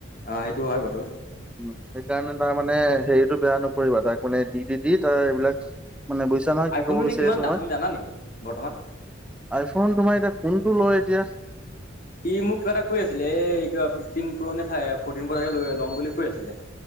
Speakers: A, on the left (about 45°); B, in the centre.
A: অ', সেইটো হয় বাৰু
B: উম, সেইকাৰণে তাৰ মানে হেৰিতটো বেয়া নকৰিবা, তাক মানে দি- দি-দি তাৰ এইবিলাক মানে বুজিছা নহয়
A: আইফোনটো
B: কি ক'ব
A: এনে
B: বিচাৰি
A: কিমান
B: আছো
A: দাম
B: মই
A: তুমি জানা নেকি বৰ্তমান?
B: আইফোন তোমাৰ এতিয়া কোনটো লয় এতিয়া
A: সি মোক কিবা এটা কৈ আছিলে এ কিবা ফিফটিন পুৰণি ঠাই ফৰ্টিন পে লৈ ল'ম বুলি কৈ আছিলে।